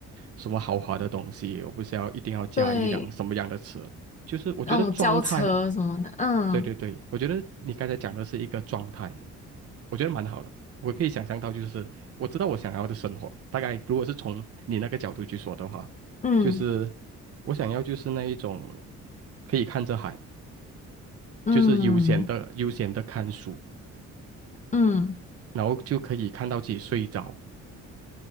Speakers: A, on the right; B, on the left.
A: 什么豪华的东西，我不是要一定要加一辆什么样的车，
B: 对，
A: 就是我觉得状态，
B: 那种轿车什么的，嗯
A: 对对对，我觉得你刚才讲的是一个状态，我觉得蛮好的。我可以想象到，就是我知道我想要的生活，大概如果是从你那个角度去说的话，
B: 嗯
A: 就是我想要就是那一种可以看着海，
B: 嗯
A: 就是悠闲的悠闲的看书，
B: 嗯
A: 然后就可以看到自己睡着，